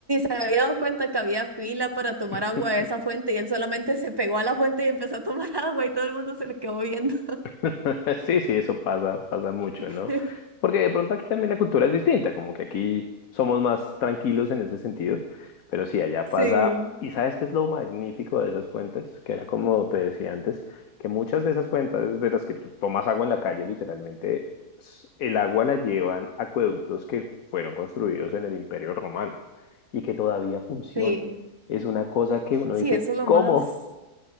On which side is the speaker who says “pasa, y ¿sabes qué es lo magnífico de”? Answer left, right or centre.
Left